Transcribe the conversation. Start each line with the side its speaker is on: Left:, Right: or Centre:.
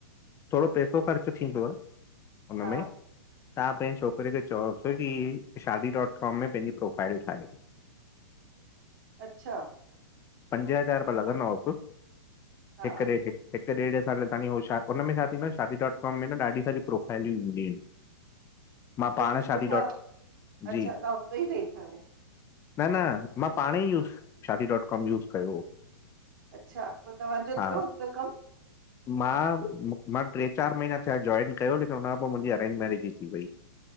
Left: थोरो पैसो ख़र्च थींदव हुनमें।
Right: हा
Left: तव्हां पंहिंजे छोकिरे खे चओसि की शादी डॉट कॉम में पंहिंजी प्रोफाइल ठाहे।
Right: अच्छा।
Left: पंज हज़ार रुपया लॻंदवसि,
Right: हा
Left: हिक ॾेढ हिकु ॾेढ साल ताईी उ हुन में छा थींदो आहे शदी डॉट कॉम में ॾाढी सारी प्रोफाइलूं ईंदियूं आहिनि। मां
Right: लेकिन
Left: पाण शादी
Right: भईया
Left: डॉट
Right: अच्छा
Left: जी
Right: त उतो ई गई थव।
Left: न न मां पाणे ई use Shaadi dot com use कयो हो।
Right: अच्छा पोइ तव्हांजो
Left: हा
Right: थियो हिक कमु?
Left: मां मां टे चारि महीना थिया जॉइन कयो लेकिन हुनखां पोइ मुंहिंजी अरेंज मेरिज जी थी वई।